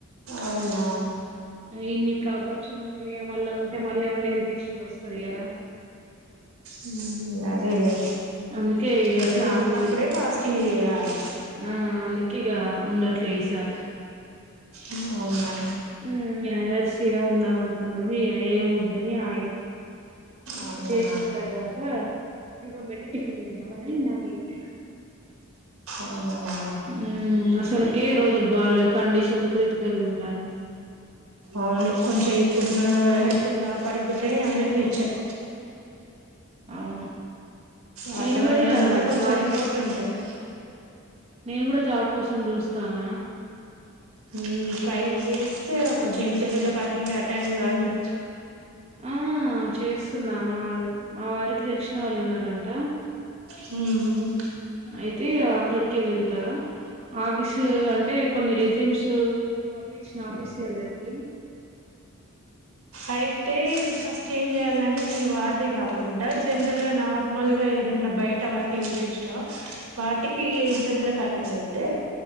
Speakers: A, on the right (about 75°); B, on the right (about 30°).
A: అవునా
B: ఇన్ని ప్రాబ్లమ్స్ ఉన్నాక మళ్ళా ఉంటే మళ్ళా ఏమైనా హెల్త్ ఇష్యూ వస్తుంది కదా <inaudible>
A: హు అదేలే
B: అందుకే ఇగ
A: హెల్దీగా
B: స్నానం
A: ఉన్నప్పుడే
B: చే
A: ఫాస్టింగ్ చేయాలి
B: ఆ అందుకే ఇగ ఉండట్లే ఈసారి
A: ఉన్ అవునా
B: హ్మ్ యానివర్సిగా ఉందాం అనుకున్నా కాని ఏం వద్దని ఆగిన టిఫిన్
A: అవునా
B: చేసిన తర్వాత దీపం పెట్టి టిఫిన్ చేద్దాం అని అగిపోయినా
A: అవునా
B: మ్మ్ అసలకే రోజులు బాలేవు కండిషన్లు క్రిటికల్గా ఉంటానయి
A: అవును కొంచె ఇప్పుడు మనం హెల్త్ ను కాపాడుకుంటేనే ఏమైనా ఫ్యూచర్
B: అవును
A: వాతావరణం
B: నేను గుడ ఇగ
A: కూడా కొంచెం
B: జాబ్
A: ఎఫెక్ట్
B: కోస్
A: ఉంటుంది
B: నేన్ గుడ జాబ్ కోసం చూస్తానా
A: మ్ ట్రై చేస్తే కొంచెం ఇంటర్వ్యూలకు అటెండ్ అటెండ్ కాండి
B: ఆ చేస్తున్న మాల్ మా వారికి తెల్షిన వాళ్ ఉన్నారంట
A: హ్మ్ మ్
B: అయితే అ అక్కడ్కె వెళ్తా ఆవిసు అంటే కొన్ని రెజ్యూమ్స్ పంపించిన ఆఫీస్ లల్ల కి
A: అయితే మీరు ఫస్ట్ ఏం చెయాలంటే మీ వార్ది కాకుండా జనరల్ గా నార్మల్ గా ఏదన్నా బైట వాటియి చూషణవా వాటికి ఇంటర్వ్యూలాక్ అటెండ్ అయితే